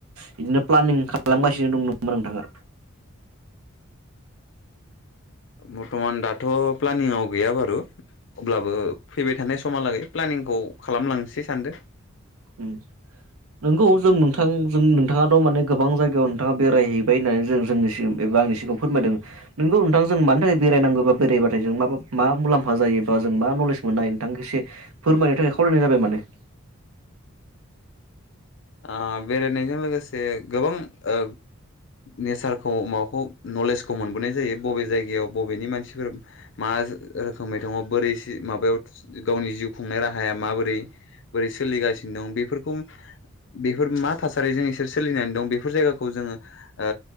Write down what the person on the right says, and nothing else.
बिदिनो प्लानिं खालामगासिनो दं नामा नोंथाङा।
उम नोंगौ जों नोंथां जों नोंथाङाथ' माने गोबां जायगायाव नोंथाङा बेरायहैबाय होननानै जों जोंनि सि- एबा आंनि सिगाङ फोरमायदों नोंगौ नोंथां जों मानि थाखाय बेरायनांगौ बा बेरायबाथाय जों मा मा मुलाम्फा जायो बा जों मा नलेज मोननो हायो नोंथां एसे फोरमायनो थाखाय खावलायनाय जाबाय माने ।